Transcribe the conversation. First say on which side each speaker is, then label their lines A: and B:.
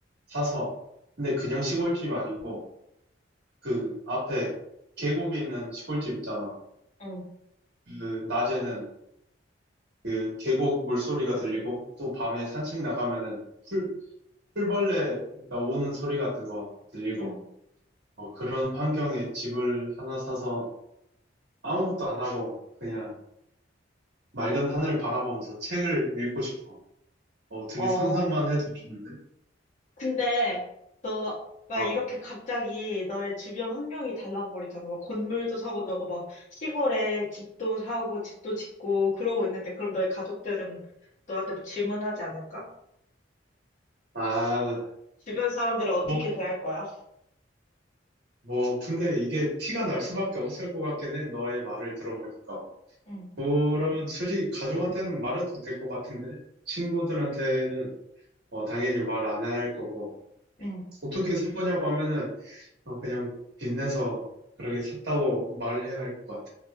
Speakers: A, on the right; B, on the left.
A: 사서, 근데 그냥 시골집 아니고 그 앞에 계곡에 있는 시골집 있잖아.
B: 응,
A: 그 낮에는 그 계곡 물소리가 들리고 또 밤에 산책 나가면은 풀, 풀벌레가 우는 소리 같은 거 들리고
B: 응.
A: 어, 그런 환경에 집을 하나 사서 아무것도 안 하고 그냥 맑은 하늘 바라보면서 책을 읽고 싶어. 어, 되게
B: 어.
A: 상상만 해도 좋은데?
B: 근데 너가
A: 어.
B: 이렇게 갑자기 너의 주변 환경이 달라버리잖아. 막 건물도 사고 너가 막 시골에 집도 사고 집도 짓고 그러고 있는데 그럼 너의 가족들은 너한테 뭐 질문하지 않을까?
A: 아,
B: 주변 사람들은 어떻게
A: 뭐,
B: 대할 거야?
A: 뭐, 근데 이게 티가 날 수밖에 없을 것 같긴 해. 너의 말을 들어보니까.
B: 응,
A: 그러면 솔직히 가족한테는 말해도 될 것 같은데? 친구들한테는 어, 당연히 말 안 할 거고.
B: 응.
A: 어떻게 산 거냐고 하면은 어, 그냥 빚내서 그렇게 샀다고 말해야 할 것 같아.